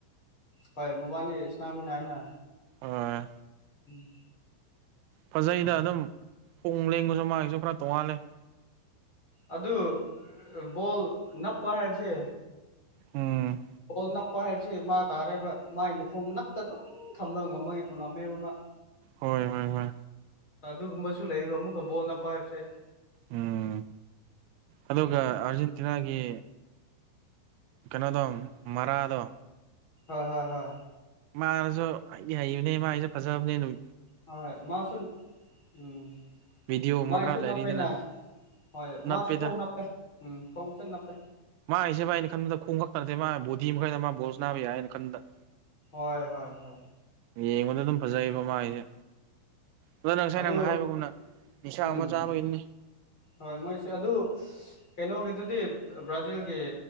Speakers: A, on the left (about 30°); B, on the right (about 90°).
A: ꯍꯣꯏ ꯃꯕꯥꯅꯤ ꯁꯅꯥꯃꯤꯅꯩꯅ
B: ꯑꯥ
A: ꯎꯝ
B: ꯐꯖꯩꯗ ꯑꯗꯨꯝ ꯈꯣꯡ ꯂꯦꯡꯉꯁꯨ ꯃꯥꯒꯤꯁꯨ ꯄꯣꯔ ꯇꯣꯡꯉꯥꯜꯂꯦ
A: ꯑꯗꯨ ꯕꯣꯜ ꯅꯞꯄ ꯍꯥꯏꯕꯁꯦ
B: ꯎꯝ
A: ꯍꯣꯜ ꯅꯛꯄ ꯍꯥꯏꯕꯁꯤ ꯃꯥ ꯇꯥꯔꯦꯕ ꯃꯥꯥꯏ ꯃꯈꯣꯡ ꯅꯞꯇ ꯗꯨꯝ ꯈꯝꯕ ꯉꯝꯃꯦ ꯑꯣꯂꯝꯃꯦꯕ ꯃꯥ
B: ꯍꯣꯏ ꯍꯣꯏ ꯍꯣꯏ
A: ꯑꯗꯨꯒꯨꯝꯕꯁꯨ ꯂꯩꯌꯦꯕ ꯑꯃꯨꯛꯀ ꯕꯣꯜꯅ ꯄꯥꯏꯕꯁꯦ
B: ꯎꯝ ꯑꯗꯨꯒ ꯑꯔꯖꯦꯟ ꯇꯤꯅꯥꯒꯤ ꯀꯩꯅꯣꯗꯣ ꯃꯔꯥꯗꯣ
A: ꯍꯣꯏ ꯍꯣꯏ ꯍꯣꯏ
B: ꯃꯥꯔꯥꯁꯨ ꯍꯩꯗꯤ ꯍꯩꯕꯅꯦ ꯃꯥꯒꯤꯁꯨ ꯐꯖꯕꯅꯦ ꯗꯨꯝ
A: ꯍꯣꯏ ꯃꯥꯁꯨ ꯎꯝ
B: ꯚꯤꯗꯤꯑꯣ ꯑꯃ
A: ꯃꯥꯥꯏꯁꯨ
B: ꯈꯔ ꯂꯩꯔꯤꯗꯅ
A: ꯅꯞꯄꯦꯅꯥ ꯍꯣꯏ
B: ꯅꯞꯄꯦꯗ
A: ꯃꯥꯁꯨ ꯈꯣꯡ ꯅꯞꯄꯦ ꯎꯝ ꯈꯣꯡ ꯐꯖ ꯅꯞꯄꯦ
B: ꯃꯥꯒꯤꯁꯦ ꯃꯥꯏ ꯑꯩꯅ ꯈꯟꯕꯗ ꯈꯣꯡ ꯈꯛꯇ ꯅꯠꯇꯦ ꯃꯥ ꯕꯣꯗꯤ ꯃꯈꯩꯗ ꯃꯥ ꯕꯣꯜ ꯁꯅꯥꯕ ꯌꯥꯏꯌꯦꯅ ꯈꯟꯕꯗ
A: ꯍꯣꯏ ꯍꯣꯏ ꯍꯣꯏ
B: ꯌꯦꯡꯕꯗ ꯑꯗꯨꯝ ꯐꯖꯩꯌꯦꯕ ꯃꯥꯒꯤꯁꯦ ꯑꯣ ꯅꯪ ꯉꯁꯥꯏ
A: ꯑꯗꯨ
B: ꯅꯪꯅ ꯍꯥꯏꯕꯒꯨꯝꯅ ꯅꯤꯁꯥ
A: ꯎꯝ
B: ꯑꯃ ꯆꯥꯕꯒꯤꯅꯤ
A: ꯍꯣꯏ ꯃꯣꯏꯁꯦ ꯑꯗꯨ ꯀꯩꯅꯣ ꯒꯤ ꯑꯗꯨꯗꯤ ꯕ꯭ꯔꯥꯖꯤꯜꯒꯤ